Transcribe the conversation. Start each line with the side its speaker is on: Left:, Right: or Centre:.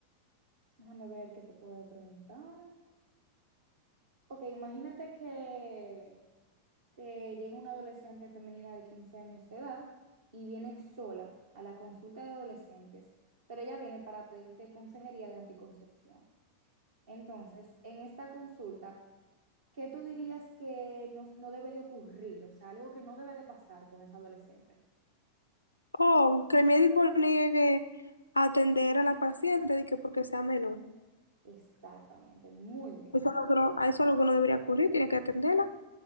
Right: déjame ver qué te puedo preguntar. Ok, imagínate que que llega una adolescente femenina de 15 años de edad y viene sola a la consulta de adolescentes, pero ella viene para pedirte consejería de anticoncepción. Entonces, en esta consulta, ¿qué tú dirías que no, no debe de ocurrir? O sea, algo que no debe de pasar con esa adolescente.
Left: O que el médico niegue atender a la paciente de que porque sea menor.
Right: Exactamente, muy bien.
Left: Eso es lo que no, a eso es lo que no debería ocurrir, tiene que atenderla.